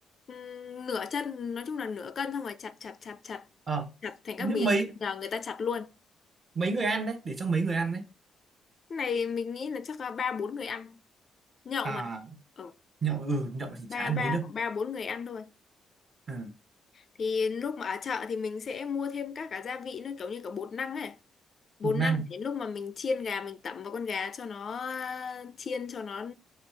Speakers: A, on the left (about 45°); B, on the right (about 45°).
A: ừm, nửa chân, nói chung là nửa cân xong rồi chặt chặt chặt chặt
B: ờ
A: chặt thành
B: nhưng
A: các miếng,
B: mấy
A: nhờ người ta chặt luôn.
B: mấy người ăn đấy để cho mấy người ăn đấy
A: Cái này mình nghĩ là chắc là ba bốn người ăn, nhậu
B: à
A: mà. Ừ.
B: nhậu ừ nhậu thì
A: ba
B: chả ăn
A: ba
B: mấy đâu
A: hoặc ba bốn người ăn thôi
B: ừ,
A: thì lúc mà ở chợ thì mình sẽ mua thêm các cả gia vị nữa kiểu như cả bột năng ấy bột
B: bột
A: năng
B: năng
A: để lúc mà mình chiên gà mình tẩm vào con gà cho nó ờ, chiên cho nó